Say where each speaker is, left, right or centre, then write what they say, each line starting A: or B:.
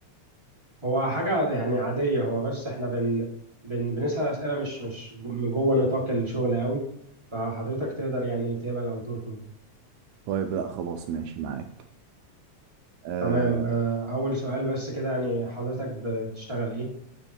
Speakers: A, on the right; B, on the right.
A: هو حاجة يعني عادية هو بس احنا بن بن بنسأل أسئلة مش مش جو- من جوه نطاق الشغل قوي فحضرتك تقدر يعني تقبل أو ترفض
B: طيب لأ خلاص ماشي معاك آه
A: تمام آه، أول سؤال بس كده يعني حضرتك بتشتغل ايه